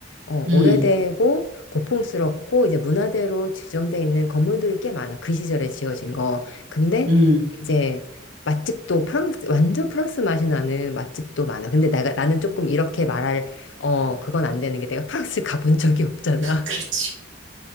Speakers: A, on the left; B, on the right.
A: 어,
B: 음,
A: 오래되고 고풍스럽고 이제 문화대로 지정돼 있는 건물들이 꽤 많아. 그 시절에 지어진 거. 근데
B: 음.
A: 이제 맛집도 프랑스, 완전 프랑스 맛이 나는 맛집도 많아. 근데 내가, 나는 조금 이렇게 말할, 어, 그건 안 되는 게 내가 프랑스 가본 적이 없잖아.
B: 그렇지.